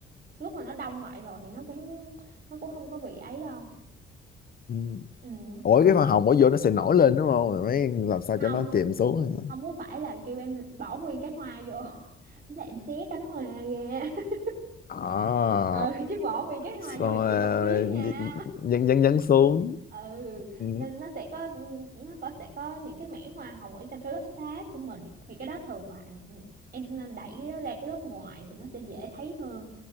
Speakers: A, on the right; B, on the left.
A: Lúc mà nó đông lại rồi thì nó cũng nó cũng không có bị ấy đâu.
B: ừ.
A: Ừ,
B: ủa
A: là
B: cái hoa hồng bỏ vô nó sẽ nổi lên đúng không Rồi mới làm sao
A: không
B: cho nó chìm xuống
A: không có phải là kêu em bỏ nguyên cái hoa vô. <laughs> Thế là em xé cánh hoa ra. <laughs>
B: à
A: Ừ, chứ bỏ nguyên cái hoa
B: xong
A: vô thì
B: rồi
A: chị không biết
B: ờ,
A: nha.
B: nhấn nhấn nhấn xuống
A: ừ
B: ừ.
A: nên nó sẽ có nó có sẽ có những cái mảng hoa hồng ở trong cái lớp sáp của mình thì cái đó thường là anh- em nên đẩy nó ra cái lớp ngoài thì nó sẽ dễ thấy hơn